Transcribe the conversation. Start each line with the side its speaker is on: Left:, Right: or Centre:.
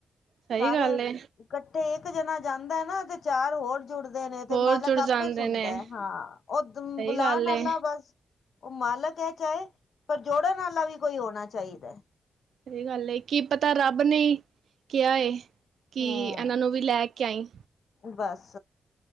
Right: ਸਹੀ
Left: ਸਾਰੇ
Right: ਗੱਲ ਏ
Left: ਇਕੱਠੇ ਇੱਕ ਜਣਾ ਜਾਂਦਾ ਹੈ ਨਾ ਤੇ ਚਾਰ ਹੋਰ, ਜੁੜਦੇ ਨੇ
Right: ਹੋਰ
Left: ਤੇ ਮਾਲਕ
Right: ਜੁੜ ਜਾਂਦੇ
Left: ਆਪੇ ਸੁਣਦਾ
Right: ਨੇ
Left: ਹੈ ਹਾਂ ਉਹ
Right: ਸਹੀ
Left: ਬੁਲਾਣ
Right: ਗੱਲ ਏ
Left: ਆਲਾ ਬਸ ਉਹ ਮਾਲਕ ਹੈ ਚਾਹੇ ਪਰ ਜੋੜਨ ਵਾਲਾ ਵੀ ਕੋਈ ਹੋਣਾ ਚਾਹੀਦਾ।
Right: ਸਹੀ ਗੱਲ ਏ ਕੀ ਪਤਾ ਰੱਬ ਨੇ ਕਿਆ ਏ ਕਿ
Left: ਹਮ
Right: ਇਹਨਾਂ ਨੂੰ ਵੀ ਲੈ ਕੈਂਅਈ
Left: ਬਸ